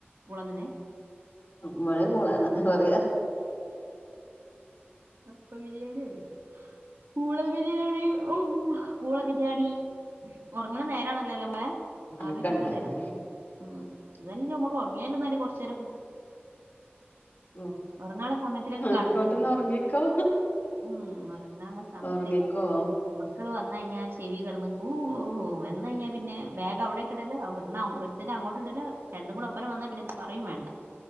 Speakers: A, on the right; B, on the left.
A: പൂളന്നെനെ.
B: ഇവടിം പൂളന്നെനെ പറയാ.
A: കപ്പ ബിരിയെണി പറയും പൂള ബിര്യാണി. ഓഹ് വ്വ പൂള ബിര്യാണി ഒറങ്ണെ ന്നേരണല്ലല്ലോലെ അമ്മളെ. ആവിയൊക്കെട്ട്
B: ഒക്കെ ഇണ്ടായിനു
A: തെരും ഉം എന്തായാലും ഞമക്കൊർങ്ങിയാലോന്നാല് കൊർച്ചേരം.
B: ഉം
A: ഒർങ്ങാല സമയത്ത്ലൊക്കെ
B: ആയിക്കോട്ടന്ന്
A: കടന്ന്ക്ക്ണ്.
B: ഉറങ്ങിക്കോ
A: ഉം ഒർങ്ങാള്ള സംയത്ത്
B: ഉറങ്ങിക്കോ
A: മ ക്കള് വന്നഴിഞ്ഞാൽ ചെവി കെടന്ന് കൂഹുഹുഹു വെന്നഴിഞ്ഞാ പിന്നെ ബെഗ് ഔടെ കിടലോ ബ്ട്ന്ന് ഔ ഇട് ത്തിനഅങ്ങോട്ട് ഇടല് രണ്ടും കൂടെ ഒപ്പരം വന്നാ പിന്നെ പറയും വേണ്ട.